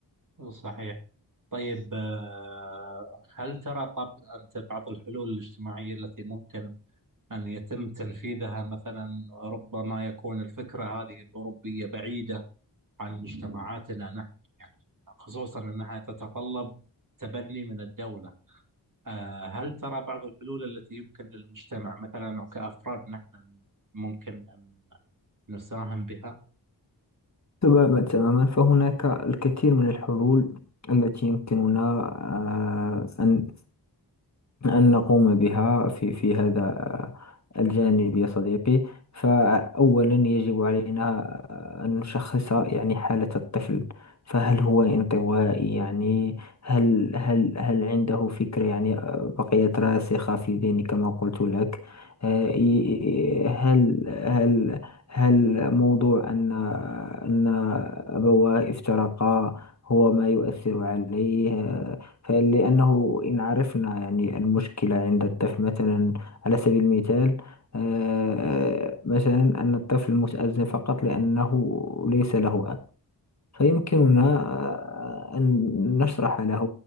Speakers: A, on the right (about 45°); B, on the left (about 40°).
A: صحيح طيب آه، هل ترى طب أنت بعض الحلول الاجتماعية التي ممكن أن يتم تنفيذها مثلا ربما يكون الفكرة هذه الأوروبية بعيدة عن مجتمعاتنا نحن يعني خصوصا أنها تتطلب تبني من الدولة آه، هل ترى بعض الحلول التي يمكن للمجتمع مثلا أو كأفراد نحن ممكن أن نساهم بها؟
B: تماما تماما فهناك الكثير من الحلول التي يمكننا آه، أن أن نقوم بها في في هذا آه، الجانب يا صديقي فأولا يجب علينا آه، أن نشخص يعني حالة الطفل فهل هو انطوائي يعني هل هل هل عنده فكرة يعني آه، بقيت راسخة في ذهني كما قلت لك آه، ي- هل هل هل موضوع أن أن أبواه افترقا هو ما يؤثر عليه فلأنه إن عرفنا يعني المشكلة عند الطفل مثلا على سبيل المثال آه، آه، مثلا أن الطفل متأذن فقط لأنه ليس له فيمكننا
A: مم.
B: آه، أن نشرح له